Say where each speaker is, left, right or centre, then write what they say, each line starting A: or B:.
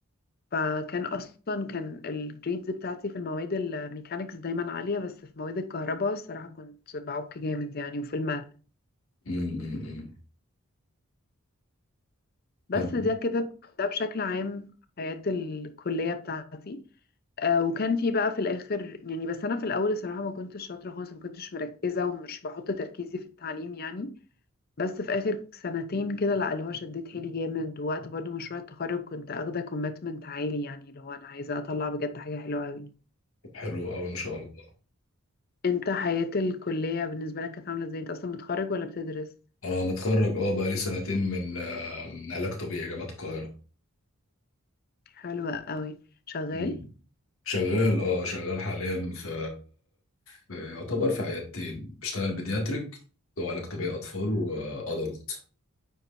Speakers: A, on the left; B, on the left.
A: فكان اصلا كان الجريدز بتاعتي في المواد الميكانيكس دايما عاليه بس في مواد الكهرباء الصراحه كنت بعك جامد يعني وفي الماث
B: أمم، أمم، أمم.
A: بس
B: طب
A: ده كده ده بشكل عام حياه الكليه بتاعتي آه وكان في بقى في الاخر يعني بس انا في الاول الصراحه ما كنتش شاطره خالص ما كنتش مركزه ومش بحط تركيزي في التعليم يعني بس في اخر سنتين كده لا اللي هو شديت حيلي جامد ووقت برضو مشروع التخرج كنت اخده كوميتمنت عالي يعني اللي هو انا عايزه اطلع بجد حاجه حلوه قوي
B: حلو قوي ما شاء الله
A: انت حياه الكليه بالنسبه لك كانت عامله ازاي انت اصلا متخرج ولا بتدرس
B: انا متخرج اه بقالي سنتين من آه، من علاج طبيعي جامعه القاهره
A: حلوه قوي شغال
B: أمم. شغال اه شغال حاليا في في- يعتبر في عيادتين بشتغل بيدياتريك اللي هو علاج طبيعي اطفال
A: مم.
B: وادلت